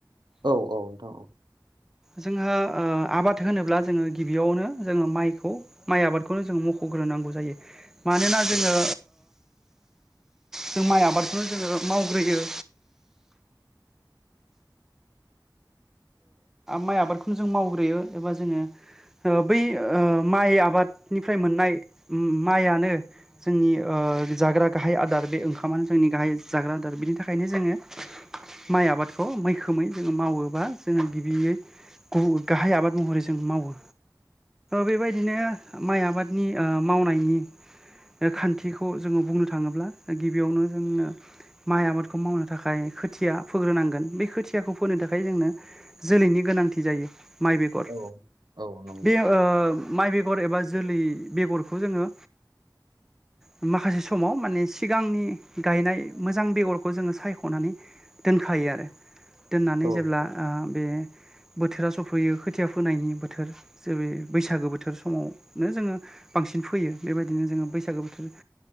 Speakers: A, on the right; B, in the centre.
A: औ औ नोंथां औ
B: जोंहा आबाद होनोब्ला जोङो गिबियावनो जोङो माइखौ माइ आबादखौनो जोङो मख'ग्रोनांगौ जायो। मानोना
A: औ
B: जोङो जों माइ आबादखौनो जोङो मावग्रोयो माइ आबादखौनो जों मावग्रोयो एबा जोङो ओ बै माइ आबादनिफ्राय मोननाय माइयानो जोंनि जाग्रा गाहाय आदार बे ओंखामानो जोंनि गाहाय जाग्रा आदार बिनि थाखायनो जोङो माइ आबादखौ मैखोमै जोङो मावोबा जोङो गिबियै गाहाय आबाद महरै जों मावो बेबायदिनो माइ आबादनि मावनायनि खान्थिखौ जोङो बुंनो थाङोब्ला गिबियावनो जोंनो माइ आबादखौ मावनो थाखाय खोथिया फोग्रोनांगोन बे खोथियाखौ फोनो थाखाय जोंनो जोलैनि गोनांथि जायो माइ बेगर
A: औ औ नंगौ
B: बे माइ बेगर एबा जोलै बेगरखौ जोङो
A: <inaudible>
B: माखासे समाव माने सिगांनि गायनाय मोजां बेगरखौ जोङो सायख'नानै दोनखायो आरो दोननानै
A: औ
B: जेब्ला बे बोथोरा सफैयो खोथिया फोनायनि बोथोर जेरै बैसागो बोथोर समावनो जोङो बांसिन फैयो बेबायदिनो जोङो बैसागो बोथोर